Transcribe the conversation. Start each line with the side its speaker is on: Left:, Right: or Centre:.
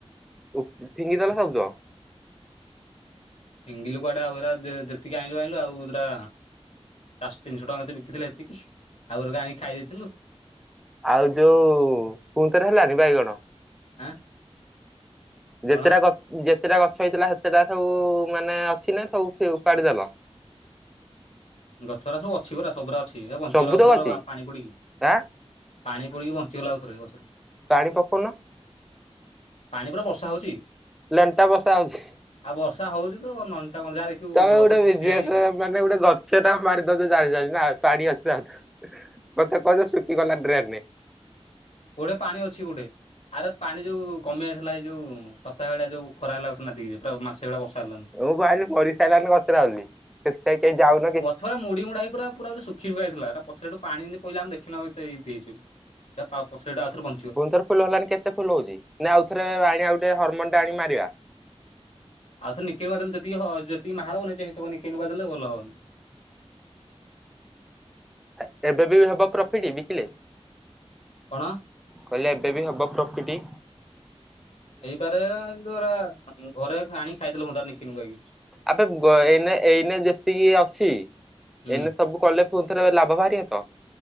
Centre: ଫିଙ୍ଗିଦେଲେ ସବୁତକ?
Left: ଫିଙ୍ଗିଲୁ କୁଆଡେ ଆଉ ହେରା ଯେତିକି ଆଇଁଲୁ ଆଇଁଲୁ ଆଉ ଯୋରା ଚାରିଶ ତିନିଶହ ଟଙ୍କା ଯାତେ ବିକିଥିଲେ ଏତିକି ଆଉ ଘରୁକୁ ଆଣିକି ଖାଇ ଦେଇେଥିଲୁ।
Centre: ଆଉ ଯୋଉ ପୁଣିଥରେ ହେଲାଣି ବାଇଗଣ?
Left: ଆଁ
Centre: ଯେତେଟା
Left: କଣ
Centre: ଗ ଯେତେଟା ଗଛ ହେଇଥିଲା ସେତେଟା ସବୁ ମାନେ ଅଛି ନା ସବୁ କିଏ ଉପାଡି ଦେଲ।
Left: ଗଛଗୁରା ସବୁ ଅଛି ପୁରା ସବୁରା ଅଛି ବଞ୍ଚିଗଲା
Centre: ସବୁ
Left: ଆଉରେ
Centre: ତ ଅଛି
Left: ପୁରା ପାଣି ପଡିକି।
Centre: ଆଁ
Left: ପାଣି ପଡିକି ବଞ୍ଚିଗଲା ଆଉ ଥରେ ଗଛଗୁରା।
Centre: ପାଣି ପକୋଉନୁ?
Left: ପାଣି ପରା ବର୍ଷା ହୋଉଚି।
Centre: ଲେଣ୍ଟା ବସା ହଉଛି
Left: ଆଉ ବର୍ଷା ହୋଉଚି ତ ନଣ୍ଟା କଣ ଯାହା ଦେଖିବୁ
Centre: ତମେ
Left: ଗଛ
Centre: ଗୋଟେ
Left: ଠୀ
Centre: ବିଜନେସ
Left: ଠିଆ ହେଇଚି ପୂରା।
Centre: ମାନେ ଗୋଟେ ଗଛ ଟା ମାରିଦେଉଛୁ ଜାଣି ଜାଣି ନା ପାଣି ଆସିବ ଆଉ ଥରେ। କହତାକୁ କହିଦେ ଶୁଖିଗଲା ଡ୍ରେନେ।
Left: ଗୁଡେ଼ ପାଣି ଅଛି ଗୁଡେ଼। ଆରେ ପାଣି ଯୋଉ କମି ଜାଇଥିଲା ଏଇ ଯୋଉ ସପ୍ତାଏଭଳିଆ ଯୋଉ ଖରା ହେଲା ଉସ୍ ନାଦିକିଯେ ମାସେ ଭଳିଆ ବର୍ଷା ହେଲାନି।
Centre: ମୁଁ କହିଲି ପରିସାରିଲାନ କଣ ନଥିଲା ବୋଲି ସେଥିପାଇଁ କେହି ଯାଉନ କିଛି
Left: ପୁରା ମୁଡି ମୁଡା ହେଇକି ପୁରା ପୁରା ଗୁରେ ଶୁଖି ଶୁଖା ଯାଇଥିଲା ପଚରେ ହେଟୁ ପାଣିି ଜେମିତି ପହିଲ ଆମେ ଦେଖିନୋଉ ଏତେ ଏମିତି ହେଇଚି ବୋଲି। ଆଉ ପଛରେ ଆଉ ଥରେ ବୋ
Centre: ପୁଣି ଥରେ ଫୁଲ ହେଲାଣି କେତେ ଫୁଲ ହୋଉଚି ନା ଆଉ ଥରେ ଆଣି ଆ ଗୋଟେ ହରମୋନ ଟା ଆଣି ମାରିବା?
Left: ଆଉଥରେ ନିକେଇ ବା ଦେଲେ ଯେତିକି ଯେତିକି ମାହାର ହନି ସେ ନିକେନଙ୍କ ଦେଲେ ଭଲ ହବନ
Centre: ଆ ଏବେ ବି ହବ ପ୍ରଫିଟ ବିକିଲେ
Left: କଣ?
Centre: କହିଲେ ଏବେ ବି ହବ ପ୍ରପଟି
Left: ହେଇପାରେନ୍ତୁ ଆ ଘରେ ଆଣି ଖାଇଦେଲେ ହୁଅନ୍ତା ନିକିନି କାଇକି
Centre: ଆବେ ଏଇନେ ଏଇନେ ଯେତିକି ଅଛି
Left: ହୁଁ
Centre: ଏଇନେ ସବୁ କଲେ ପୁଣି ଥରେ ଲାଭ ବାହାରିବ ତ?